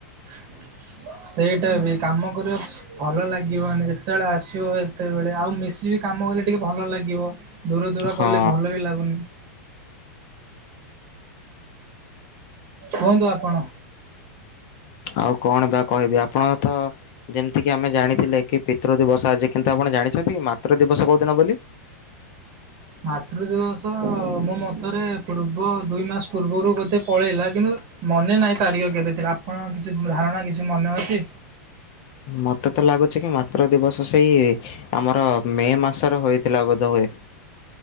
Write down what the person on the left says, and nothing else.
ହଁ
ଆଉ କଣ ବା କହିବି ଆପଣ ତ ଯେମିତି କିି ଆମେ ଜାଣିଥିଲେ କି ପିତୃ ଦିବସ ଆଜି କିନ୍ତୁ ଆପଣ ଜାଣିଛନ୍ତି କି ମାତୃ ଦିବସ କୋଉ ଦିନ ବୋଲି?
ମତେ ତ ଲାଗୁଛି କି ମାତ୍ର ଦିବସ ସେଇ ଆମର ମେ ମାସର ହୋଇଥିଲା ବୋଧ ହୁଏ।